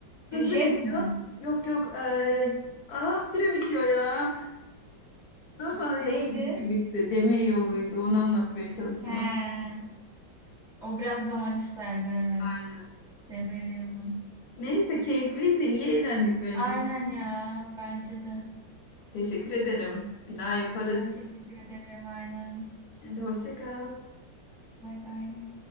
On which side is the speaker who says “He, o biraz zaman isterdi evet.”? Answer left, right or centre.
Centre